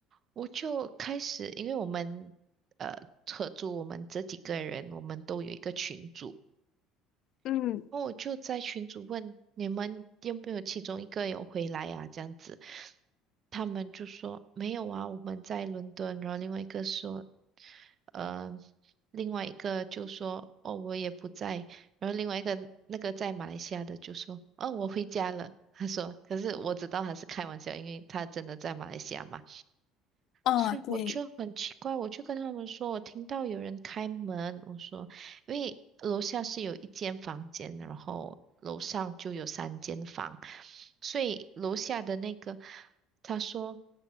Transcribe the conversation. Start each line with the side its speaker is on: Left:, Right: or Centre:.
Right: 我就开始，因为我们呃合租，我们这几个人，我们都有一个群组。
Left: 嗯，
Right: 然后我就在群主问你们有没有其中一个有回来啊？这样子，他们就说没有啊，我们在伦敦。然后另外一个说，呃，另外一个就说哦，我也不在。然后另外一个那个在马来西亚的就说哦，我回家了。<laughs> 他说，可是我知道他是开玩笑，因为他真的在马来西亚嘛。
Left: 哦，
Right: 所以我就很奇怪，
Left: 对
Right: 我就跟他们说，我听到有人开门，我说，因为楼下是有一间房间，然后楼上就有三间房，所以楼下的那个他说